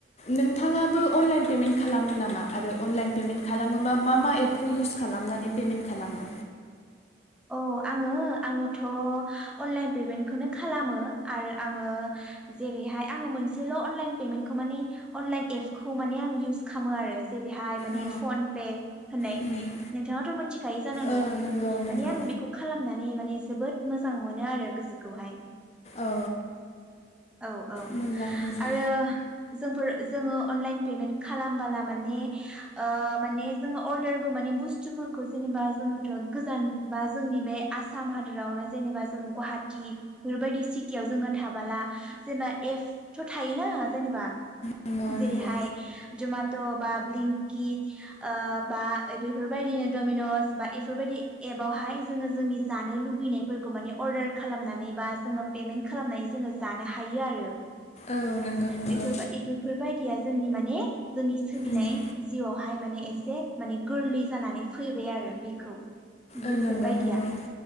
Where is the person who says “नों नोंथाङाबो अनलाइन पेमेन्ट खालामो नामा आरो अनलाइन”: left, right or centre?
Left